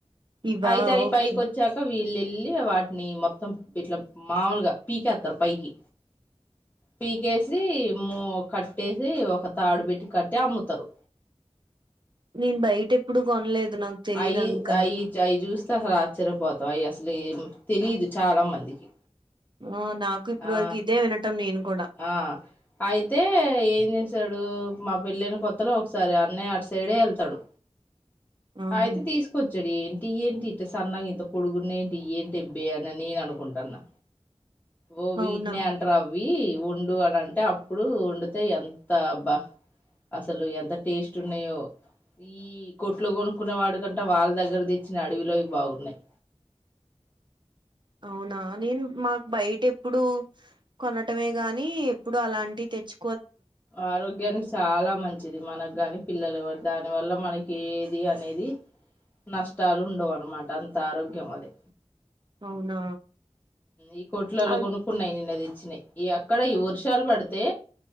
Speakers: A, on the right; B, on the left.
A: ఇవా
B: అయితే అవి
A: ఓకే
B: పైకి వచ్చాక వీ. వెళ్లి వాటిని మొత్తం ఇట్లా మాముూలుగా పీకేత్తరు పైకి పీకేసి మొ కట్టేసి ఒక తాడు పెట్టి కట్టి అమ్ముతరు
A: నేను బయటెప్పుడు కొనలేదు నాకు తెలిదు
B: అయి
A: అందుకని
B: అయి జై చుస్తే అసలు ఆశ్చర్యపోతవ్ అవి అసలు తెలీదు చాలా మందికి
A: ఉ నాకు ఇప్పడు
B: ఆ
A: వరకు ఇదే వినంటం నేను కూడా
B: ఆ అయితే ఏం చేస్త డు మా పెళ్ల్లైన కొత్తలో ఒకసారి అన్నయ్య అటు సైడే వెళ్తాడు.
A: ఆహా
B: అయితే తీసుకొచ్చడె ఇ ఏంటి ఇంత సన్నా ఇంత పొడుగున్న ఏంటి ఇఏంటి అబ్బే అని నేను అనుకుంటాన్నా ఓ వీటినే
A: అవునా
B: అంటరా అవి వండు అని అంటే అప్పుడు వండితే ఎంత బా అసలు ఎంత టేస్ట్ ఉన్నాయో ఈ కొట్లో కొనుక్కున్న వాడి కంట వాళ్ళ దగ్గర తెచ్చిన అడవిలోవి బాగున్నాయి
A: అవునా నేను మాకు బయట ఎప్పుడు కొనటమే గాని ఎప్పుడు అలాంటివి తెచ్చు
B: ఆరోగ్యన్ని చాలా మంచిది మనకు గాని పిల్లలు దాని వల్ల మనకి ఏది అనేది నష్టాలు ఉండవు అన్నమాట అంత ఆరోగ్యం అది.
A: అవునా
B: ఈ కొట్లలా
A: అ
B: కొనుక్కున్నాయి నిన్న తెచ్చినాయి ఈ ఎక్కడ ఈ వర్షాలు పడితే